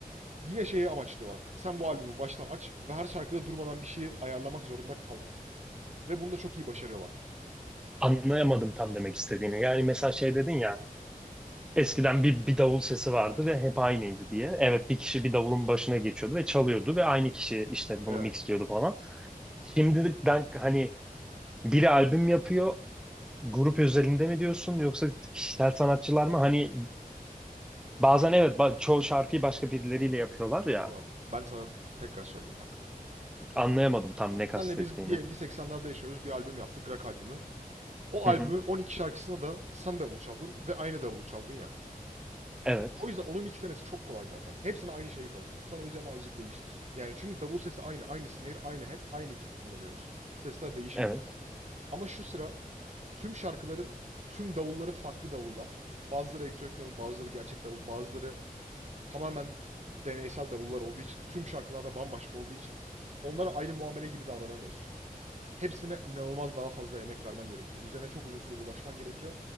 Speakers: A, on the right; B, in the centre.
A: yine şeye amaçlıyorlar. Sen bu albümü baştan aç ve her şarkıda durmadan bir şeyi ayarlamak zorunda kalma. Ve bunu da çok iyi başarıyorlar.
B: Anlayamadım tam demek istediğini. Yani mesela şey dedin ya, eskiden bir, bir davul sesi vardı ve hep aynıydı diye. Evet, bir kişi bir davulun başına geçiyordu ve çalıyordu ve aynı kişi işte bunu
A: Evet.
B: mixliyordu falan. Şimdiden hani biri albüm yapıyor, grup özelinde mi diyorsun yoksa kişisel sanatçılar mı? Hani Bazen evet ba- çoğu şarkıyı başka birileriyle yapıyorlar ya.
A: Yok. Ben sana tekrar söyleyeyim bak.
B: Anlayamadım tam ne kastettiğini.
A: Senle biz diyelim ki 80'lerde yaşıyoruz. Bir albüm yaptık. Rock albümü. O
B: Hı
A: albümün
B: hı.
A: 12 şarkısına da sen davul çaldın ve aynı davulu çaldın ya.
B: Evet.
A: O yüzden onu mixlemesi çok kolay zaten. Hepsine aynı şeyi koy. Sonra üzerine azıcık değiştir. Yani çünkü davul sesi aynı. Aynı snare, aynı head, aynı kick'i kullanıyoruz. Sesler değişmiyor.
B: Evet.
A: Ama şu sıra tüm şarkıların tüm davulları farklı davullar. Bazıları elektronik davul, bazıları gerçek davul, bazıları tamamen deneysel davullar olduğu için, tüm şarkılarda bambaşka olduğu için onlara aynı muamele gibi davranamıyorsun. Hepsine inanılmaz daha fazla emek vermen gerekiyor. Üzerine çok uzun süre uğraşman gerekiyor.